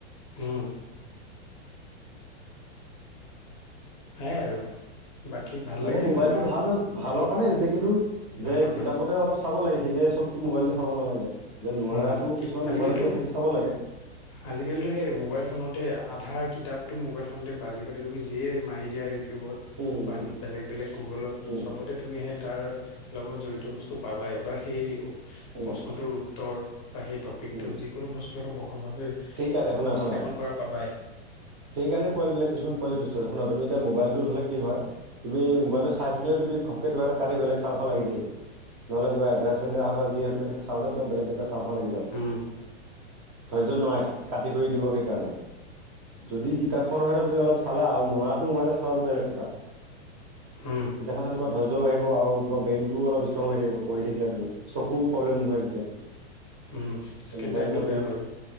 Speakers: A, on the left; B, on the right.
A: উম। সেইয়ায়ে আৰু। বাকী ভাল
B: মানে
A: লাগিল
B: মোবাইলটো
A: তোমাৰ
B: ভাল, ভালৰ কাৰণে হৈছে কিন্তু
A: ভালৰ
B: যে কিতাপতে
A: কাৰণে
B: অলপ চাব লাগে সিহেতে চবতো মোবাইলতে চাব নালাগে, যে নোৱাৰাটো
A: উম
B: কিছুমান
A: আজিকালিতো
B: মোবাইলত দিয়ে সেইটো চাব লাগে।
A: আজিকালিতো সেই মোবাইল ফোনতে। আধাৰ কিতাপটো মোবাইফনতে পাই আজিকালি তুমি যিয়ে মাৰি দিয়া উ ইউটিউবত
B: উম,
A: বা
B: উম,
A: বেলেগ, বেলেগ গুগলত
B: উম,
A: চবতে তুমি সেই তাৰ লগত জড়িত বস্তু পাবাই বা সেই
B: উম,
A: প্ৰশ্নটোৰ উত্তৰ বা সেই টপিকতো
B: উম।
A: যিকোনো বস্তু অলপ ব বহল ভাৱে
B: সেইকাৰণে শুনা
A: বিশ্লেষণ
B: শুনা
A: কৰা পাবাই।
B: সেইকাৰণে পোৱালিবিলাক কিছুমান পোৱালি দুষ্ট আছে। শুনা তুমি এতিয়া মোবাইলটোত হ'লে কি হয়। তুমি মোবাইলটো চাই থাকিলে তুমি ঘপকে কিবা এটা কাটি বেলেগ চাও চাও লাগি থাকিব। নহ'লে কিবা এডভাৰটাইজমেণ্টে হওক বা যিয়ে হওক তুমি সেইটো চাওঁতে তোমাৰ বেলেগ এটা কিবা চাওঁ চাওঁ লাগি যাব।
A: উম।
B: ধৈৰ্য নহাই কাটি কৰি দিব সেইকাৰণে যদি কিতাপখন হয়তো তুমি অলপ চালা আৰু নোৱাৰাত তো মবাইলত চোৱা টো বেলেগ কথা।
A: উম
B: কিতাপখন চাল তোমাৰ ধৈৰ্যও বাঢ়িব আৰু তোম ব্ৰেইনটো অলপ ষ্ট্ৰং হৈ থাকিব পঢ়ি থাকিলে। চকু প্ৰব্লেম নহয় তেতিয়া।
A: উম, স্কিন
B: মোবাইল
A: টাইমটো
B: ধৰা তুমি
A: বেয়া বাৰু।